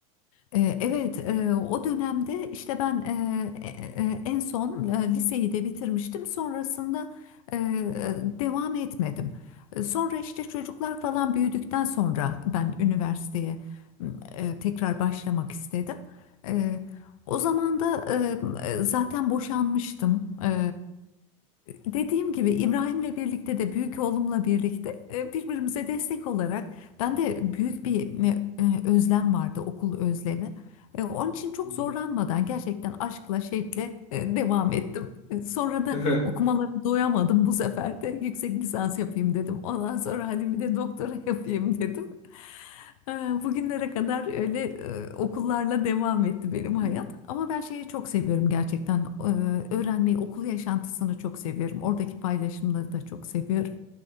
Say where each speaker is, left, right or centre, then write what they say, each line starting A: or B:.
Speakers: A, on the left; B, on the left.
A: Ee, Evet, e, o dönemde işte ben e, e, e, en son e, liseyi de bitirmiştim. Sonrasında e, e, devam etmedim. E, Sonra işte çocuklar falan büyüdükten sonra ben üniversiteye e, tekrar başlamak istedim. E, O zaman da e, e, zaten boşanmıştım. E, Dediğim gibi İbrahim'le birlikte de büyük oğlumla birlikte e, birbirimize destek olarak ben de büyük
B: hı
A: bir me- e, özlem vardı, okul özlemi. E, Onun için çok
B: hı.
A: zorlanmadan gerçekten aşkla, şevkle e, devam ettim. E, Sonra da
B: Hı hı
A: okumaları doyamadım bu sefer de yüksek lisans yapayım dedim. Ondan sonra hadi bir de doktora <laughs> yapayım dedim. E, Bugünlere kadar öyle e, okullarla devam etti benim hayat.
B: <laughs>
A: Ama ben şeyi çok seviyorum gerçekten. E, Öğrenmeyi, okul yaşantısını çok seviyorum. Oradaki paylaşımları da çok seviyorum.